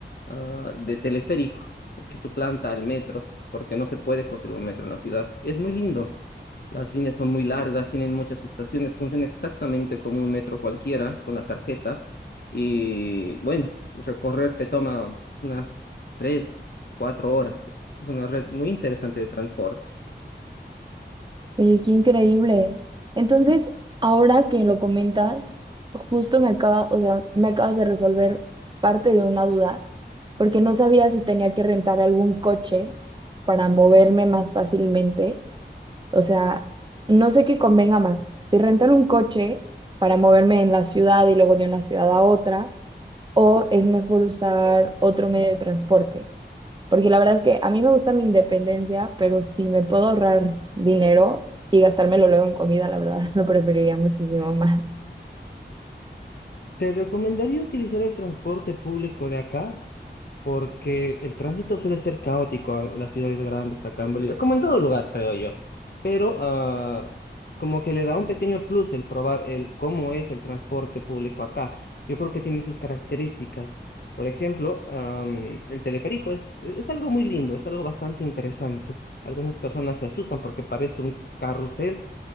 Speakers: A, on the left; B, on the right.
A: ah, de teleférico eh, que suplanta al metro, porque no se puede construir un metro en la ciudad. Es muy lindo. Las líneas son muy largas, tienen muchas estaciones, funciona exactamente como un metro cualquiera con la tarjeta. Y bueno, recorrer te toma unas tres, cuatro horas. Es una red muy interesante de transporte.
B: Oye, qué increíble. Entonces, ahora que lo comentas, justo me acaba, o sea, me acabas de resolver parte de una duda, porque no sabía si tenía que rentar algún coche para moverme más fácilmente. O sea, no sé qué convenga más, si rentar un coche para moverme en la ciudad y luego de una ciudad a otra, o es mejor usar otro medio de transporte. Porque la verdad es que a mí me gusta mi independencia, pero si me puedo ahorrar dinero y gastármelo luego en comida, la verdad <laughs> lo preferiría muchísimo más.
A: Te recomendaría utilizar el transporte público de acá porque el tránsito suele ser caótico en las ciudades grandes acá en Bolivia, como en todo lugar, creo yo, pero ah, como que le da un pequeño plus el probar el cómo es el transporte público acá. Yo creo que tiene sus características. Por ejemplo, am, el teleférico es, es algo muy lindo, es algo bastante interesante. Algunas personas se asustan porque parece un carrusel,